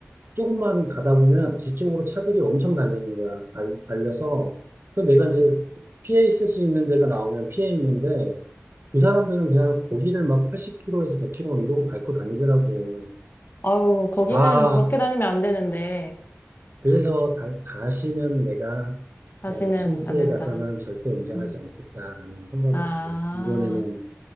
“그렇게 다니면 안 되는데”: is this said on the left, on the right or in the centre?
Left